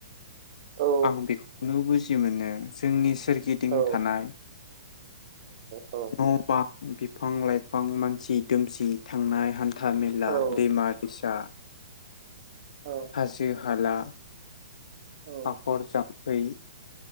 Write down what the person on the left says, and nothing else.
आं बेखौनो बुजि मोनो जोंनि सोरगिदिं
थानाय
न' बां बिफां लाइफां मानसि दोमसि थांनाय हान था मेला
दैमा दैसा
हाजो हाला,
हाखर जाम्फै